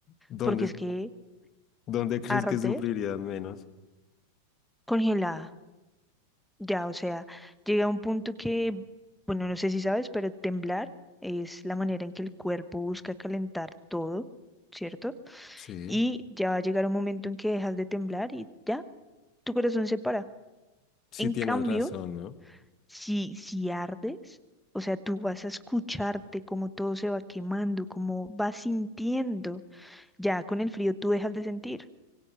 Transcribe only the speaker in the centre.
porque es que
arder
congelada, ya, o sea, llega a un punto que, bueno, no sé si sabes, pero temblar es la manera en que el cuerpo busca calentar todo, ¿cierto?
Y ya va a llegar un momento en que dejas de temblar y ya, tu corazón se para.
En
cambio,
si, si ardes, o sea, tú vas a escucharte cómo todo se va quemando, cómo vas sintiendo. Ya con el frío tú dejas de sentir.